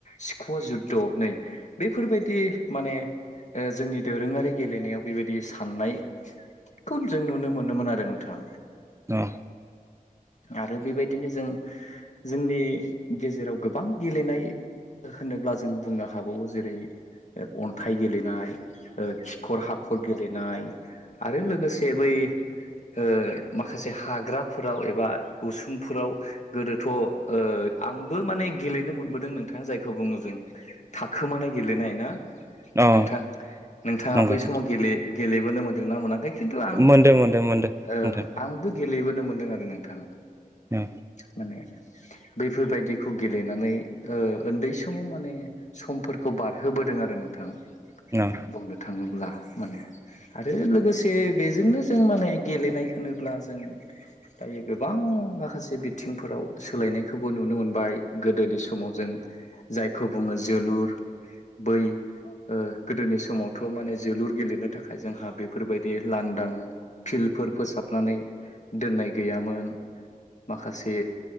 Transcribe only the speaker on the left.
सिख जुद्ध नै बेफोरबायदि माने ओ जोंनि दोरोङारि गेलेनायाव बेबायदि साननाय खुनजों नुनो मोनोमोन आरो नोंथां
आरो बेबायदिनो जों जोंनि गेजेराव गोबां गेलेनाय होनोब्ला जों बुंनो हाबावो जेरै अन्थाइ गेलेनाय ओ खिखर हाखर गेलेनाय आरो लोगोसे बै ओ माखासे हाग्राफोराव उसुंफोराव गोदोथ ओ आंबो माने गेलेनो मोनबोदों नोंथाङा जायखौ बुङो जों थाखोमानाय गेलेनाय ना
नोंथां नोंथाङा
बै
समाव गेल गेलेबोनो मोनदोंनाा मोन फ्राय खिन्थु आं
ओ
आंबो गेलेबोनो मोनदों आरो नोंथां
माने बैफोरबायदिखौ गेलेनानै उन्दै समाव माने समफोरखौ बारहोबोदों आरो नोंथाङा
बुंनो थाङोब्ला माने आरो लोगोसे बेजोंनो जों माने गेलेनाय होनोब्ला जों दायो गोबां माखासे बिथिंफोराव सोलायनायखौबो नुनो मोनबाय गोदोनि समाव जों जायखौ बुङो जोलुर बै गोदोनि समाव थ माने जोलुर गेलेनो थाखाय जोंहा बेफोरबायदि लांदां फिल्डफोर फोसाबनानै दोननाय गैयामोन माखासे